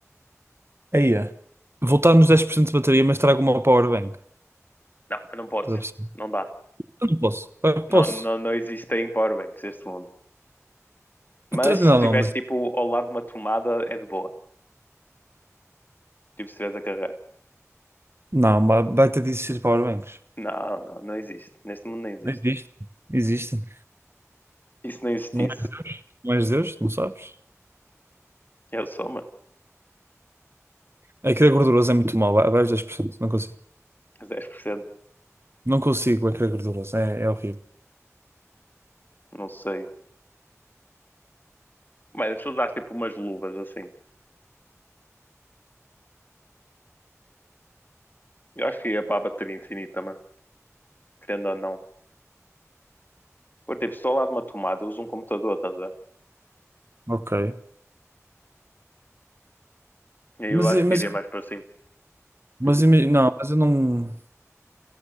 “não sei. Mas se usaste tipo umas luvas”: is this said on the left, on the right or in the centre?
Left